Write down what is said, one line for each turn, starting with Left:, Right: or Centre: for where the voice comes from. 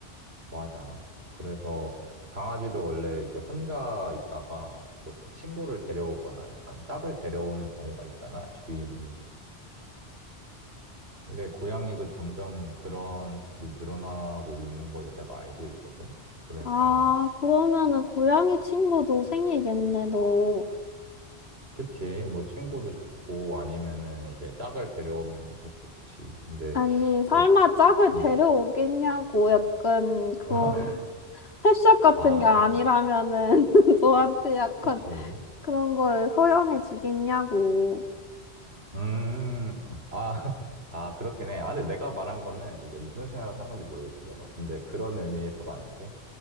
Right: 맞아. 그래서 강아지도 원래 이제 혼자 있다가 또 친구를 데려오거나 약간 짝을 데려오는 경우가 있잖아, 주인이. 근데 고양이도 점점 그런 집이 늘어나고 있는 걸로 내가 알고 있거든. 그래서
Left: 아, 그러면은 고양이 친구도 생기겠네, 너.
Right: 그치. 뭐 친구도 좋고 아니면은 이제 짝을 데려오면은 더 좋지. 근데
Left: 아니, 설마
Right: 뭐
Left: 짝을
Right: 음.
Left: 데려오겠냐고, 약간 그런
Right: <laughs>
Left: 펫샵 같은
Right: 아,
Left: 게 아니라면은 <laughs> 너한테 약간
Right: 그치.
Left: 그런 거를 소형해 주겠냐고.
Right: 음. 아, <laughs> 아, 그렇긴 해. 아, 근데 내가 말한 거는 이제 무슨 생각을 한 건지 모르겠어, 너가. 근데 그런 의미에서가 아니고